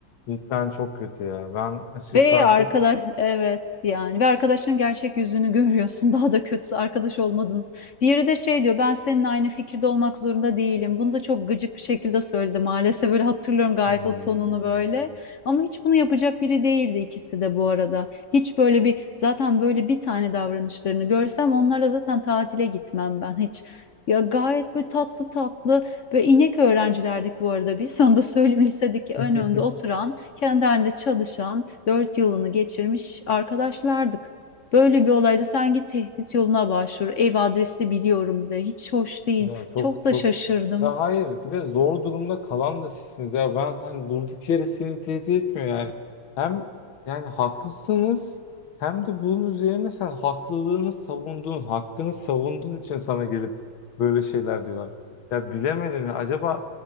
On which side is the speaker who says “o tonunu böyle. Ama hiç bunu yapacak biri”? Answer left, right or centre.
Left